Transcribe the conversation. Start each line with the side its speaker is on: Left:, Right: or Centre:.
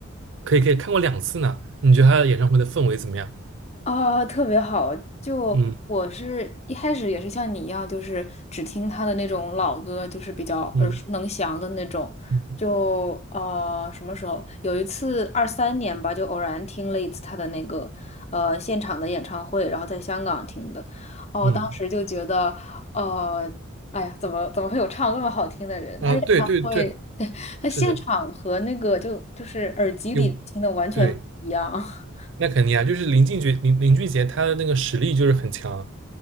Right: 可以可以看过两次呢，你觉得他的演唱会的氛围怎么样？
Left: 啊，特别好！就我是一开始也是像你一样，
Right: 嗯
Left: 就是只听他的那种老歌，就是比较耳熟能详的那种。
Right: 嗯嗯
Left: 就呃，什么时候有一次二三年吧，就偶然听了一次他的那个呃现场的演唱会，然后在香港听的。哦，
Right: 嗯，
Left: 当时就觉得，呃，哎呀，怎么怎么会有唱那么好听的人？
Right: 啊，
Left: 他演唱会，
Right: 对对对，
Left: <laughs> 他现场和那个就就是耳机里听的完全不一样。
Right: 是的，有，对。
Left: <laughs>
Right: 那肯定啊，就是林俊杰，林林俊杰他的那个实力就是很强，